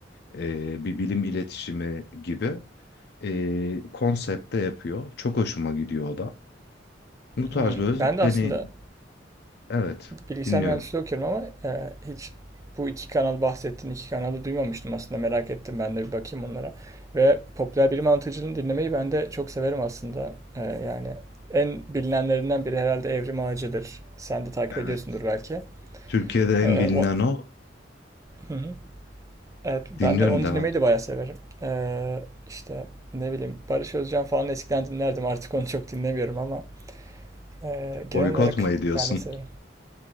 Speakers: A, on the left; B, on the right.
A: e, bir bilim iletişimi gibi e, konsepte yapıyor. Çok hoşuma gidiyor o da. Bu tarz
B: Hı.
A: böyle
B: Ben
A: hani
B: de aslında
A: evet
B: Bilgisayar
A: dinliyorum.
B: mühendisliği okuyorum ama e, hiç bu iki kanal bahsettiğin iki kanalı duymamıştım aslında merak ettim ben de bir bakayım onlara. Ve popüler bilim anlatıcılığını dinlemeyi ben de çok severim aslında. E, yani en bilinenlerinden biri herhalde Evrim Ağacı'dır. Sen de takip
A: Evet.
B: ediyorsundur belki.
A: Türkiye'de
B: E,
A: en bilinen
B: o...
A: o.
B: Hı hı. Evet
A: Dinliyorum
B: ben de onu
A: devam.
B: dinlemeyi de bayağı severim. E, işte ne bileyim Barış Özcan falan eskiden dinlerdim artık onu çok dinlemiyorum ama e, genel
A: Boykot
B: olarak
A: mu ediyorsun?
B: ben de severim.